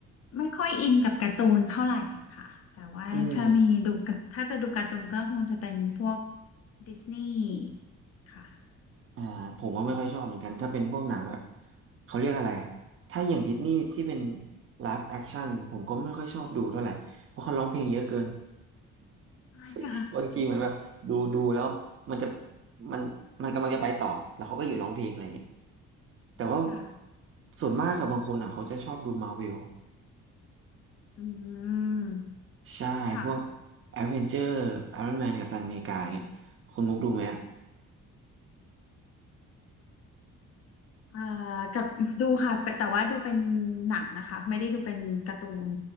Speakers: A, on the left; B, on the right.
A: ไม่ค่อยอินกับการ์ตูนเท่าไหร่ค่ะแต่ว่าถ้ามีดูกับถ้าจะดูการ์ตูนก็คงจะเป็นพวก
B: อืม
A: ดิสนีย์ค่ะ
B: อ่าผมก็ไม่ค่อยชอบเหมือนกันถ้าเป็นพวกหนังแบบเขาเรียกอะไรอะถ้าอย่างดิสนีย์ที่เป็นไล i v e อคช i ่ n ผมก็ไม่ค่อยชอบดูเท่าไหร่เพราะเขาร้องเพลงเยอะเกิน
A: ใช่ค่ะ
B: <laughs> บางทีเหมือนแบบดูดูแล้วมันจะมันมันกำลังจะไปต่อแล้วเขาก็อยู่ร้องเพลงอะไรอย่างเงี้ยแต่ว่า
A: ค่ะ
B: ส่วนมากกับบางคนอ่ะเขาจะชอบดูมา r v เวล
A: อืม
B: ใช่พวก
A: ค่ะ
B: แอดเวนเจอร์ไอรอนแมนกัปตันอเมริกาอะไรเงี้ยคุณมุกดูไหมอ่ะ
A: เอ่อกับดูค่ะแต่แต่ว่าดูเป็นหนังนะคะไม่ได้ดูเป็นการ์ตูน